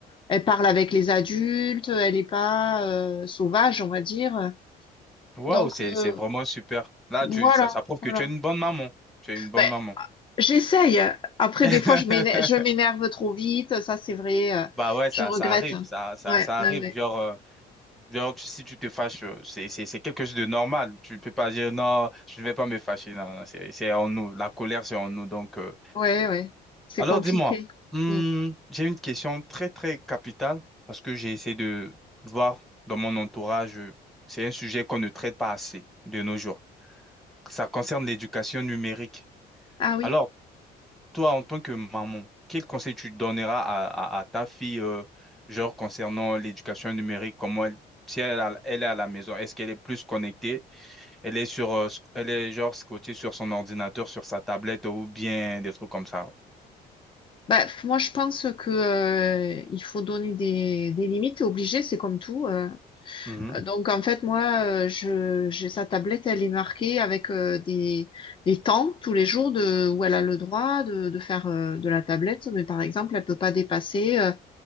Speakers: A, on the left; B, in the centre.
A: elle parle avec les adultes, elle n'est pas euh, sauvage, on va dire.
B: Waouh,
A: Donc
B: c'est,
A: euh,
B: c'est vraiment super. Là,
A: voilà,
B: tu, ça, ça prouve que
A: voilà.
B: tu es une bonne maman. Tu es une bonne
A: Ben,
B: maman.
A: j'essaye. Après,
B: <laughs>
A: des fois, je m'éner- je m'énerve trop vite. Ça, c'est vrai. euh,
B: Bah ouais,
A: je
B: ça,
A: regrette.
B: ça arrive, ça, ça,
A: Ouais,
B: ça
A: ouais,
B: arrive.
A: ouais,
B: Genre, euh, genre, tu- si tu te fâches, euh, c'est, c'est, c'est quelque chose de normal. Tu ne peux pas dire non, je ne vais pas me fâcher. Non, non, c'est, c'est en nous. La colère, c'est en nous. Donc, euh,
A: ouais. ouais. C'est
B: alors
A: compliqué.
B: dis-moi, hmm,
A: Mm.
B: j'ai une question très, très capitale parce que j'ai essayé de voir dans mon entourage, euh, c'est un sujet qu'on ne traite pas assez de nos jours. Ça concerne l'éducation numérique.
A: Ah oui.
B: Alors, Toi, en tant que maman, quel conseil tu donneras à, à- à ta fille, euh, genre concernant l'éducation numérique, comment elle, si elle, a- elle est à la maison, est-ce qu'elle est plus connectée, elle est sur, euh, sc- elle est genre scotchée sur son ordinateur, sur sa tablette ou bien des trucs comme ça.
A: Bah, f- moi, je pense que euh, il faut donner des, des limites, t'es obligé, c'est comme tout. euh.
B: Mhm,
A: Euh, Donc, en fait, moi, euh, je, j'ai sa tablette, elle est marquée avec euh, des, des temps tous les jours de où elle a le droit de, de faire euh, de la tablette, mais par exemple, elle peut pas dépasser euh,